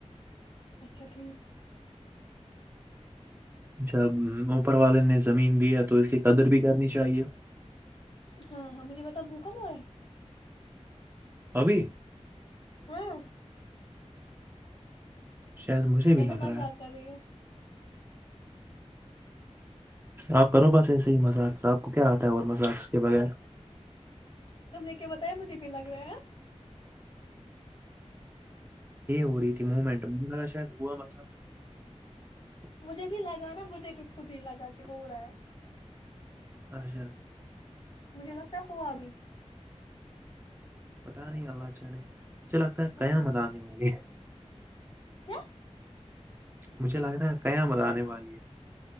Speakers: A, on the left; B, on the right.
A: اچھا ٹھیک ا <inaudible>
B: جب اوپر والے نے زمین دی ہے تو اس کی قدر بھی کرنی چاہیے
A: ہاں ہاں مجھے بتا بھوکم ہو رہا ہے
B: ابھی
A: ہاں
B: شاید مجھے
A: میں
B: بھی لگ
A: نےا مزا
B: رہا
A: کر رہی ہوں
B: آپ کرو بس ایسے ہی مذاقس آپ کو کیا آتا ہے اور مذاقس کے بغیر
A: تم نے کیا بتایا مجھے بھی لگ رہا ہے
B: یہ ہو رہی تھی مومنٹ مجھے لگا شاید ہوا مس
A: مجھے بھی لگا نا مجھے بھی خود ہی لگا کہ ہو رہا ہے
B: اچھا
A: مجھے لگتا ہے ہوا ابھی
B: پتاہ نہیں اللہ اچا نے مجھے لگتا ہے
A: ہوں
B: قیا م لے والے
A: کیا
B: مجھے لگ رہا ہے قیامت آنے والی ہے